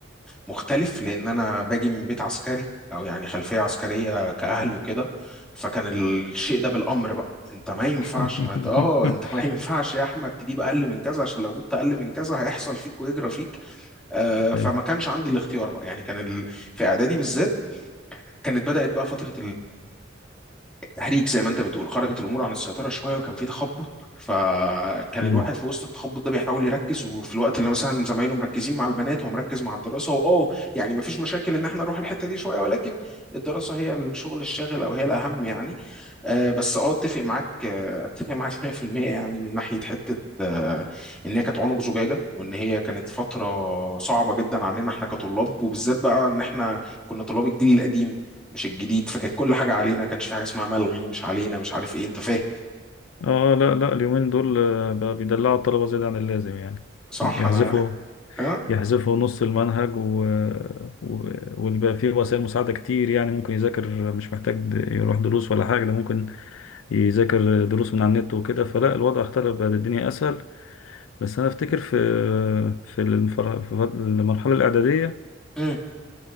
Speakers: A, in the centre; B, on the left (about 80°).
A: مختلف لان انا باجي من بيت عسكري او يعني خلفيه عسكريه كاهل وكده فكان الشيء ده بالامر بقى انت ما ينفعش
B: <laughs>
A: ما ت- اه انت ما ينفعش يا احمد تجيب اقل من كذا عشان لو جبت اقل من كذا هيحصل فيك ويجرى فيك آه فما
B: أيوة.
A: كانش عندي الاختيار بقى يعني كان ال... في اعدادي بالذات كانت بدات بقى فتره تهريج زي ما انت بتقول خرجت الامور عن السيطره شويه وكان في تخبط فكان
B: مم.
A: الواحد في وسط التخبط ده بيحاول يركز وفي الوقت اللي مثلا زمايله مركزين مع البنات هو مركز مع الدراسه واه يعني مفيش مشاكل ان احنا نروح الحته دي شويه ولكن الدراسه هي الشغل الشاغل او هي الاهم يعني آه بس اه اتفق معاك آه اتفق معاك <laughs> 100% يعني من ناحيه حته آه ان هي كانت عنق زجاجه وان هي كانت فتره صعبه جدا علينا احنا كطلاب وبالذات بقى ان احنا كنا طلاب الجيل القديم مش الجديد فكانت كل حاجه علينا كانش في حاجه اسمها ملغي مش علينا مش عارف ايه انت فاهم
B: اه لا لا اليومين دول آه، بقى بيدلعوا الطلبة زيادة عن اللازم يعني
A: صح
B: يحذفوا
A: انا اه
B: يحذفوا نص المنهج و... و... ويبقى فيه وسائل مساعدة كتير يعني ممكن يذاكر مش محتاج د- يروح دروس ولا حاجة ده ممكن يذاكر دروس من على النت وكده فلا الوضع اختلف بقت الدنيا أسهل بس أنا أفتكر في في المفر... في فض- المرحلة الإعدادية
A: مم.